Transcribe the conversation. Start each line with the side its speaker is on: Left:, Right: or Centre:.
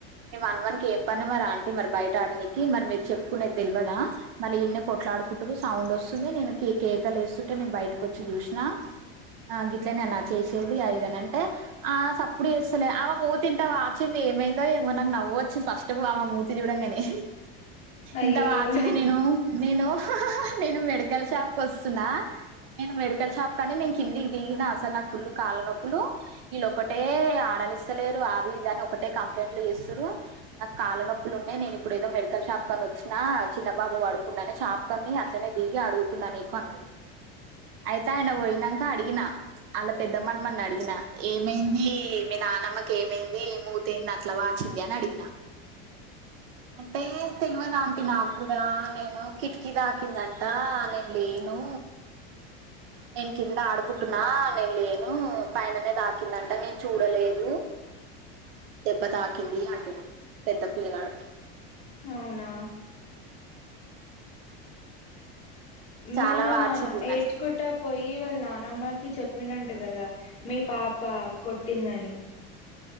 Right: మీ మనవనికి ఏం పని మరి అంటీ మరి బయట ఆడనికి మరి మీరు చెప్పుకునేది తెల్వదా మళ్ళీ ఈడనే కొట్లాడుకుటురు సౌండ్ వస్తుంది నేను కే కేకలు వేస్తుంటే నేను బయటకు వచ్చి చూసినా ఆ గిట్లనే నా చేసేది అది ఇదని అంటే ఆ సప్పుడు చేస్తలే అమె మూతింత వాచింది ఏమైందో ఏమో నాకు నువ్వు వచ్చింది ఫస్ట్ వాళ్ళ మూతి చూడంగానే
Left: అయ్యయ్యో
Right: ఇంత వాచ్చింది నేను నేను నేను మెడికల్ షాప్ కు వస్తున్నా నేను మెడికల్ షాప్ కనీ నేను కిందికి దగిన అసలు నాకు ఫుల్లు కాళ్ళ నొప్పులు వెళ్ళోకటే ఆడనిస్ స్తాలేరు అది ఇదిని ఒకటే కంప్లైంట్లు చేస్తురు నాకు కాళ్ళ నొప్పులు ఉన్నాయి నేను ఇప్పుడు ఏదో మెడికల్ షాప్ కని వచ్చినా చిన్నబాబు పడుకున్నానే షాప్ కని అట్నే దిగి అడుగుతున్నా నీకు అన్నది ఆయితే ఆయన పోయినంక అడిగిన అలా పెద్ద మనవన్నిఅడిగిన ఏమైంది మీ నానమ్మకి ఏమైంది ముత్ మూత్ ఏంది అట్లా వాచింది అని అడిగిన అంటే తెల్వదు ఆంటీ నాకు దా నేను కిటికీ తాకిందంట నేను లేను నేను కింద ఆడుకుంటున్నా నేను లేను పైననే తాకిందంట నేను చూడలేదు దెబ్బ తాకింది అంటుండు పెద్ద పిల్లగాడు
Left: అవునా
Right: చాలా
Left: మొన్న
Right: వాచిందిన్న
Left: ఏడ్చుకుంట పోయి పోయి వాళ్ళ నానమ్మకి చెప్పిన అంట కదా మీ పాప కొట్టిందని